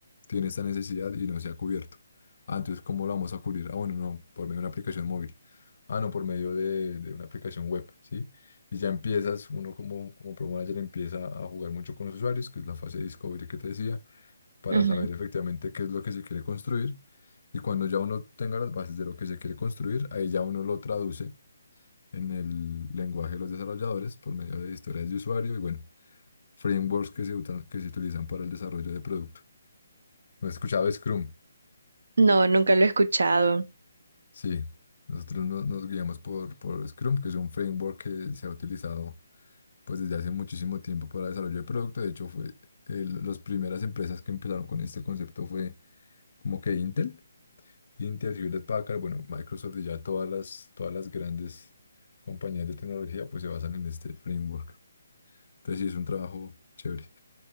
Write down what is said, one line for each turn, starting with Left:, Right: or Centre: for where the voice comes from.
Left: tiene esta necesidad y no se ha cubierto. Ah, entonces, ¿cómo lo vamos a cubrir? Ah, bueno, no, por medio de una aplicación móvil. Ah, no, por medio de, de una aplicación web, ¿sí? Y ya empiezas, uno como, como Pro Manager empieza a jugar mucho con los usuarios, que es la fase de discovery que te decía para
Right: ujú.
Left: saber efectivamente qué es lo que se quiere construir. Y cuando ya uno tenga las bases de lo que se quiere construir, ahí ya uno lo traduce en el lenguaje de los desarrolladores por medio de historias de usuario y bueno, frameworks que se, utan- que se utilizan para el desarrollo de producto. ¿No he escuchado Scrum?
Right: No, nunca lo he escuchado.
Left: Sí, nosotros no- nos guiamos por, por Scrum, que es un framework que se ha utilizado pues desde hace muchísimo tiempo para el desarrollo de producto. De hecho, fue el- las primeras empresas que empezaron con este concepto fue como que Intel. Intel, Hewlett Packard, bueno, Microsoft y ya todas las, todas las grandes compañías de tecnología pues se basan en este framework. Entonces sí, es un trabajo chévere.